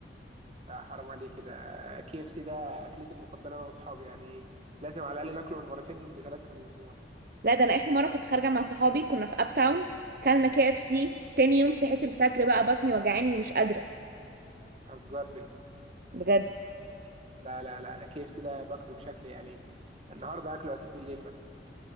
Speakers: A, on the right; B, on the right.
A: آه، حرام عليك كده كي اف سي ده اكلتي المفضله انا واصحابي يعني لازم على الاقل ناكله من مرتين لثلاثه في الاسبوع
B: لا ده انا اخر مره كنت خارجه مع صحابي كنا في اب تاون كلنا كي اف سي تاني يوم صحيت الفجر بقى بطني وجعاني ومش قادره
A: هزاري
B: بجد
A: لا لا لا انا كي اف سي ده باكله بشكل يعني النهارده هاكله اكيد بالليل مثلا